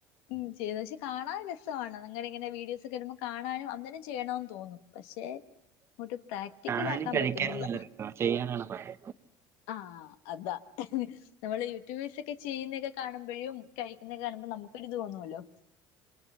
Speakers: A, on the left; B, on the right.
A: ഉം ചെയ്തു. പക്ഷെ കാണാൻ രസാണ്. അങ്ങനെ ഇങ്ങനെ വീഡിയോസ് ഒക്കെ വരുമ്പം കാണാനും അന്നേരം ചെയ്യണോന്ന് തോന്നും. പക്ഷെ ഇങ്ങോട്ട് പ്രാക്ടിക്കല്
B: കാണാനും
A: ആക്കാൻ
B: കഴിക്കാനും
A: പറ്റുന്നില്ല.
B: നല്ല രസമാണ് ചെയ്യാനാണ് പാട്
A: ആഹ് അത. നമ്മള് യൂട്യൂബേഴ്സ് ഒക്കെ ചെയ്യുന്നതൊക്കെ കാണുമ്പെഴും. കഴിക്കുന്നതൊക്കെ കാണുമ്പോൾ നമുക്ക് ഒരു ഇത് തോന്നോലോ.